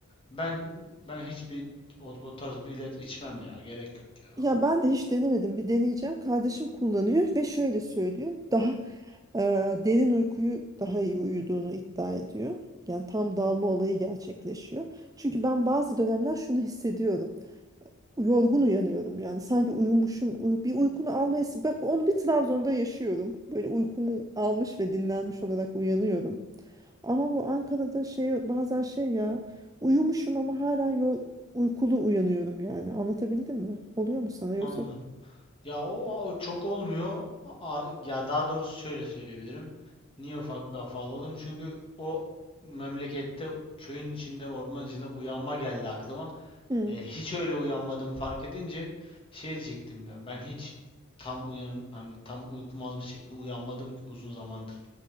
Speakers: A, on the left; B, on the right.
A: ben ben hiçbir o, o tarz bir ilaç içmem ya gerek yok ya
B: Ya ben de hiç denemedim. Bir deneyeceğim. Kardeşim kullanıyor ve şöyle söylüyor. Daha e, derin uykuyu daha iyi uyuduğunu iddia ediyor. Yani tam dalma olayı gerçekleşiyor. Çünkü ben bazı dönemler şunu hissediyorum. Yorgun uyanıyorum yani sanki uyumuşum uyu- bir uykunu alma bak onu bir Trabzon'da yaşıyorum böyle uykumu almış ve dinlenmiş olarak uyanıyorum ama bu Ankara'da şey bazen şey ya uyumuşum ama hala yo- uykulu uyanıyorum yani anlatabildim mi oluyor mu sana yoksa
A: Anladım. Ya o, o çok olmuyor. A- ya daha doğrusu şöyle söyleyebilirim. Niye ufak bir afa alalım? Çünkü o memlekette köyün içinde orman içinde uyanma geldi aklıma.
B: "Hı,
A: E, hiç öyle uyanmadığımı fark edince şey diyecektim ben. Ben hiç tam uyan hani tam uykumu almış şekilde uyanmadım ki uzun zamandır